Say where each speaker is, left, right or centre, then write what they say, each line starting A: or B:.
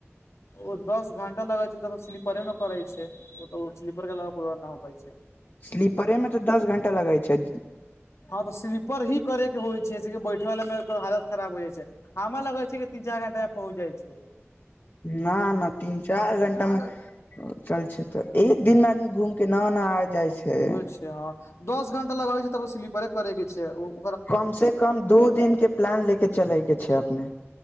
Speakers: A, on the left; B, on the left.
A: ओ दस घं्टा लगै छै त स्लीपरे मे करै छै ओ तऽ ओ स्लीपर के ल नहि हो पा छै
B: स्लीपरे मे तऽ दस घं्टा लगैत छै
A: हँ तऽ स्लीपर ही करे के होइ छै बैठे वला मे हालत खराब हो जाइ छै ह लग कहै छै तीन चार घंटा पहुँच जाइ छै
B: न न तीन चार घं्टा
A: आर
B: मे चल छै तऽ एक दिन मे आदमी घूम के न न आ जाइ
A: ह
B: छै
A: उहे छै हँ दस घंटा लगाबै छै तब स्लीपरे करे के छै ओ <unintelligible>
B: कम से कम दू दिन के प्लान लेके चलैके छै अपने